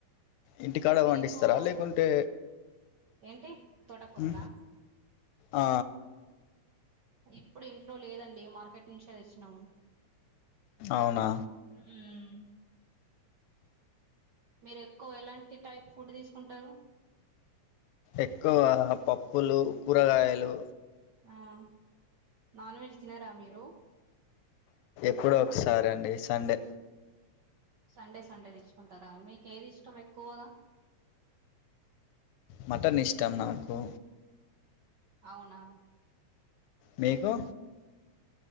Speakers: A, on the left; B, on the right.
A: ఇంటికాడ
B: మీరు
A: పండిస్తారా
B: ఎక్కువ
A: లేకుంటే
B: ఏంటి తోటకూరలా
A: హు ఆ
B: ఇప్పుడు ఇంట్లో లేదండి మార్కెట్ నుంచి తెచ్చినము
A: అవునా
B: హు మ్మ్ మీరు ఎక్కువ ఎలాంటి టైప్ ఫుడ్ తీసుకుంటారు
A: ఎక్కువ
B: అంటే
A: పప్పులు కూరగాయలు
B: ఆహ నాన్ వెెజ్ తినారా మీరు
A: ఇప్పుడొ ఒకసారి అండి సండే
B: సండే సండే తీచ్చుకుంటారా మీకు ఏది ఇష్టం ఎక్కువగా
A: మటన్ ఇష్టం నాకు
B: అవునా
A: మీకు